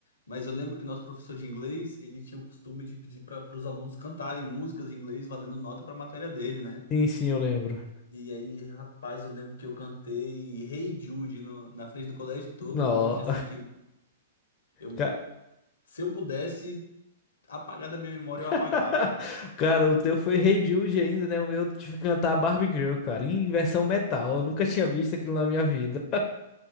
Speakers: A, on the left; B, on the left.
A: mas eu lembro que o nosso professor de inglês, ele tinha o costume de pedir para os alunos cantarem músicas em inglês valendo nota para a matéria dele, né?
B: Sim, sim, eu lembro.
A: E aí, rapaz, eu lembro que eu cantei Hey Jude no- na frente do colégio todo
B: Não.
A: e foi um dia assim que eu,
B: <laughs> Ca-
A: se eu pudesse apagar da minha memória, eu apagava.
B: <laughs> Cara, o teu foi Hey Jude ainda, né? O meu eu tive que cantar Barbie Girl, cara, em versão metal. Eu nunca tinha visto aquilo na minha vida.